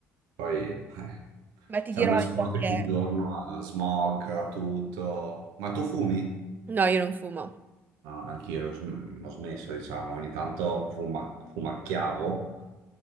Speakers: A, on the right; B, on the right.
A: Poi eh,
B: Ma ti
A: siamo
B: dirò
A: esposti
B: io che...
A: ogni giorno a smog, a tutto. Ma tu fumi?
B: No, io non fumo.
A: No, ma anch'io ho sm- ho smesso, diciamo, ogni tanto fuma- fumacchiavo,